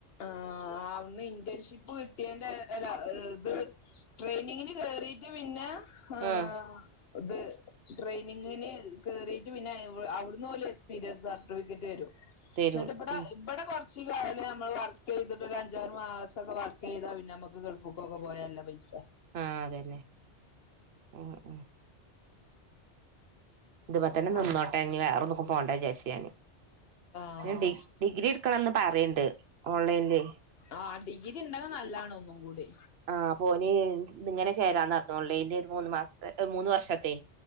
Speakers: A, on the left (about 60°); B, on the right (about 65°).
A: ആഹ് അന്ന് ഇന്റേൺഷിപ്പ് കിട്ടിയെന്റെ അല്ല ഇത് ട്രെയിനിങ്ങിന് കേറിട്ട് പിന്നെ ഹ്
B: ആ
A: ഇത് ട്രെയിനിങ്ങിന് കേറിട്ട് പിന്നെ അവിടന്ന് ഓല് എക്സ്പീരിയൻസ് സർട്ടിഫിക്കറ്റ് തെരും
B: തരും
A: എന്നിട്ട് ഇവിടെ
B: ഉം
A: ഇവിടെ കൊറച്ച് കാലം നമ്മള് വർ <unintelligible> ചെയ്തിട്ട അഞ്ചാറും ആ ഒക്കെ വർക്ക ചെയ്താ പിന്നെ നമക്ക് കൾഫ്ക്കൊക്കെ പോയാല് നല്ല പൈസ
B: ആഹ് അതന്നെ ഉം ഉം ഇതുമതന്നെ നിന്നോട്ടേ
A: ആഹ്
B: ഇനി വേറെന്നക്കും പോകണ്ട വിചാരിച്ചുഞാൻ
A: ആഹ്
B: <unintelligible> ഡി ഡിഗ്രി എടുക്കണംന്ന് പറയണ്ട് ഓൺലൈനില്
A: ആഹ് ഡിഗ്രി ഇണ്ടങ്കി നല്ലതാണ് ഒന്നും കൂടി
B: ആഹ് ഓൻ ഇങ്ങനെ ചേരാറഞ്ഞു ഓൺലൈനിൽ മൂന്ന് മാസത്തെ ഹ് മൂന്ന് വർഷത്തെേ